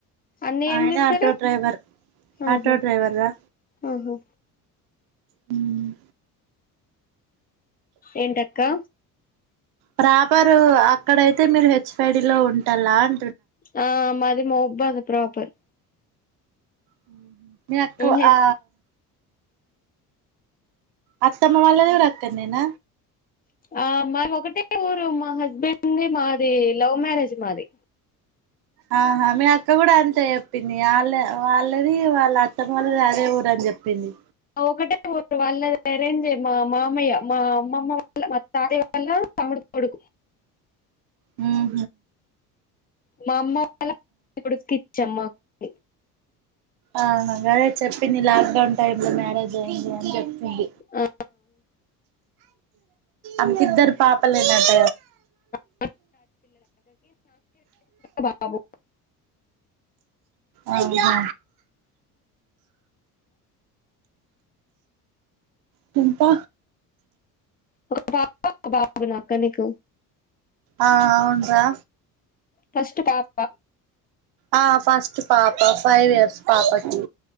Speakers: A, on the left (about 20°); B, on the right (about 55°).
A: అన్నయ్య
B: ఆయన
A: ఏం చేస్తారు
B: ఆటో డ్రైవర్
A: ఆహా
B: ఆటోడ్రైవర్ రా
A: ఆహా
B: హ్మ్మ్
A: ఏంటక్కా
B: ప్రాపర్ అక్కడయితే మీరు హెచ్ఫైడి లో ఉంటాలం
A: ఆ మర్ అది మొబ్బైది అ ప్రాపర్.
B: హ్మ్మ్ నే అక్క
A: హెచ్
B: ఆ అత్తమ్మ వాళ్ళది గుడ అక్కడ్నేన
A: ఆ మ ఒకటే ఊరు మా హస్బెండ్ది మాది లవ్ మ్యారేజ్ మాది
B: ఆహా మీ అక్క గుడ అంతే జెప్పింది ఆళ్ళ వాళ్ళది వాళ్ళ అత్తమ్మోళ్ళది అదే ఊరని జెప్పింది.
A: ఒకటే ఊరు వాళ్ళది ఎరేంజే మా మామయ్య మా అమ్మమ్మ వాళ్ళ మా తాతయ్య వాళ్ళ తమ్ముడు కొడుకు
B: ఊహు
A: వామ్మొ అలా ఉడికిచ్చమ్మ ని
B: ఆ గదే చెప్పింది లాక్డౌన్ టైమ్ లో మ్యారేజ్ అయింది అని చెప్ ఉడ్
A: ఆ
B: అమెకిద్దరు పాపలేనట
A: <inaudible> బాబు
B: ఆహా చింత
A: ఒక పాప ఒక బాబు నా అక్క నీకు
B: ఆ అవునురా
A: ఫస్ట్ పాప
B: ఆ ఫస్ట్ పాప ఫైవ్ ఇయర్స్ పాపకి